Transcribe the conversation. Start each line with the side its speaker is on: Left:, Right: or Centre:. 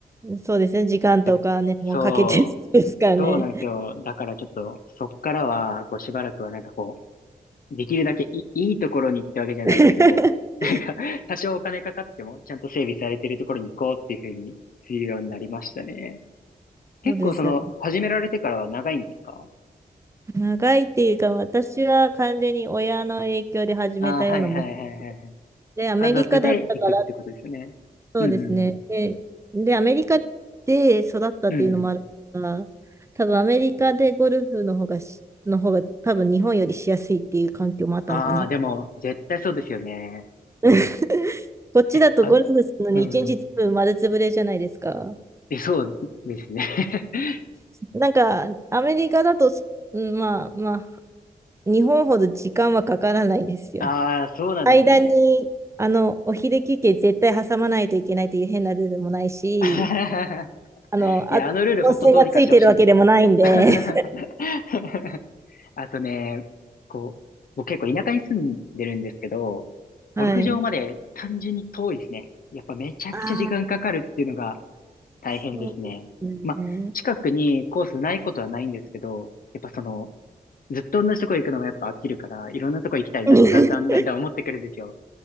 Right: そうですね。時間とかね、
Left: え
Right: もうかけてですからね。
Left: そう、そうなんですよ。だからちょっと、そっからは、こうしばらくはなんかこう、できるだけいいいところに行ってわけじゃないけど、
Right: <laughs>
Left: <laughs> なんか、多少お金かかっても、ちゃんと整備されてるところに行こうっていうふうにするようになりましたね。結構その、
Right: そうですよね。
Left: 始められてからは長いんですか
Right: 長いっていうか、私は完全に親の影響で始めたようなもん
Left: ああー、はいはいはいはいはい。
Right: で、アメリカだったから、
Left: 家族で行くってことですよね。
Right: そうですね。
Left: うんうん
Right: で、で、アメリカで育ったっていうのもあるから、
Left: うん。うん。
Right: 多分アメリカでゴルフの方がし、の方が多分日本よりしやすいっていう環境もあったのかなって。
Left: ああ、でも、絶対そうですよね。
Right: <laughs> こっちだとゴルフするのに一日ずつ丸つぶれじゃないですか。
Left: え、あ、うん。え、そうですね。<laughs>
Right: なんか、アメリカだとそ、うんまあまあ、日本ほど時間はかからないですよ。
Left: ああ、そうなんですね。
Right: 間に、あの、お昼休憩絶対挟まないといけないという変なルールもないし、
Left: <laughs>
Right: あの、
Left: いや、
Right: あ、
Left: あのルール本当どうにかしてほしいんですよ。
Right: 温泉がついてるわけでもないんで、
Left: <laughs> あとね、こう、僕結構田舎に住んでるんですけど、ゴルフ場まで単純に遠いですね。
Right: はい。
Left: やっぱめちゃくちゃ時間かかるっていうのが
Right: ああ、
Left: 大変ですね。
Right: そうで
Left: まあ、
Right: すね。
Left: 近くにコースないことはないんですけど、やっぱその、ずっと同じとこ行くのもやっぱ飽きるから、いろんなとこ行きたいなってだんだんだんだん思ってくるんですよ。
Right: <laughs>